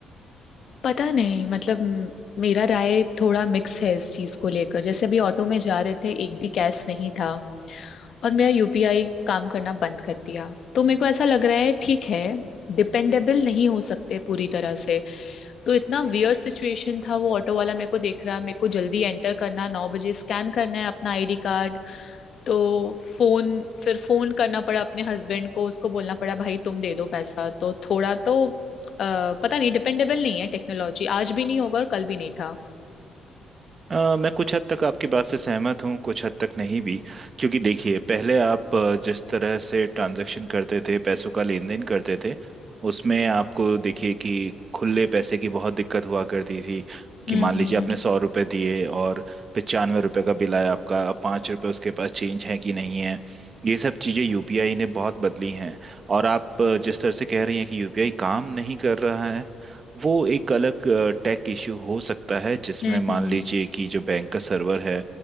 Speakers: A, on the left; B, on the right.
A: पता नहीं मतलब म, मेरा राय थोड़ा मिक्स है इस चीज को लेकर जैसे अभी ऑटो में जा रहे थे एक भी कैश नहीं था और मेरा यूपीआई काम करना बंद कर दिया तो मेरे को ऐसा लग रहा है ठीक है डिपेंडेबल नहीं हो सकते पूरी तरह से तो इतना वियर्ड सिचुएशन था वो ऑटो वाला मेरे को देख रहा है मेरे को जल्दी एंटर करना नौ बजे स्कैन करना है अपना आईडी कार्ड तो फोन फिर फोन करना पड़ा अपने हस्बैंड को उसको बोलना पड़ा भाई तुम दे दो पैसा तो थोड़ा तो अ, पता नहीं डिपेंडेबल नहीं है टेक्नोलॉजी आज भी नहीं होगा और कल भी नहीं था
B: अ, मैं कुछ हद तक आपकी बात से सहमत हूँ कुछ हद तक नहीं भी क्योंकि देखिए पहले आप अ, जिस तरह से ट्रांजैक्शन करते थे पैसों का लेन देन करते थे उसमें आपको देखिए कि खुले पैसे की बहुत दिक्कत हुआ करती थी कि
A: हम्म
B: मान लीजिए
A: हम्म
B: आपने सौ रुपये दिए और पचानवे रुपये का बिल आया आपका अब पाँच रुपये उसके पास चेंज है कि नहीं है ये सब चीज़ें यूपीआई ने बहुत बदली हैं और आप अ, जिस तरह से कह रही हैं कि यूपीआई काम नहीं कर रहा है वो एक अलग टेक इश्यू हो सकता है जिसमें
A: हम्म हम्म
B: मान लीजिए कि जो बैंक का सर्वर है